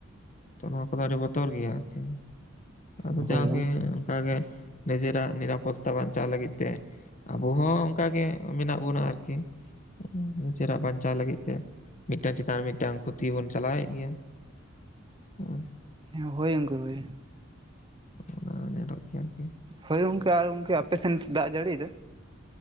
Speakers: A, on the left (about 35°); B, on the right (about 25°).
A: ᱛᱚ ᱱᱚᱣᱟ ᱠᱚᱫᱚ ᱟᱹᱰᱤ ᱵᱚᱛᱚᱨ ᱜᱮᱭᱟ ᱟᱨᱠᱤ᱾ ᱟᱫᱚ
B: ᱦᱳᱭ
A: ᱡᱟᱣ ᱜᱮ ᱚᱝᱠᱟ ᱜᱮ ᱱᱤᱡᱮᱨᱟᱜ ᱱᱤᱨᱟᱯᱚᱛᱛᱟ ᱵᱟᱧᱪᱟᱣ ᱞᱟᱹᱜᱤᱫ ᱛᱮ ᱟᱵᱚ ᱦᱚᱸ ᱚᱝᱠᱟᱜ ᱜᱮ ᱢᱮᱱᱟᱜ ᱵᱩᱱᱟ ᱟᱨᱠᱤ᱾ ᱱᱤᱡᱮᱨᱟᱜ ᱵᱟᱧᱪᱟᱣ ᱞᱟᱹᱜᱤᱫ ᱛᱮ ᱢᱤᱫᱽᱴᱟᱝ ᱪᱤᱛᱟᱱ ᱢᱤᱫᱽᱴᱟᱝ ᱠᱷᱩ ᱛᱤ ᱵᱚᱱ ᱪᱟᱞᱟᱣᱮᱜ ᱜᱮᱭᱟ ᱦᱚᱸ᱾
B: ᱦᱮᱸ ᱦᱳᱭ ᱜᱚᱝᱠᱮ ᱦᱳᱭ᱾
A: ᱚᱱᱟ ᱧᱮᱞᱚᱜ ᱜᱮᱭᱟ ᱟᱨᱠᱤ
B: ᱦᱳᱭ ᱜᱚᱝᱠᱮ ᱟᱨ ᱜᱚᱝᱠᱮ ᱟᱯᱮ ᱥᱮᱱ ᱫᱟᱜ ᱮ ᱡᱟᱹᱲᱤᱭ ᱫᱟ?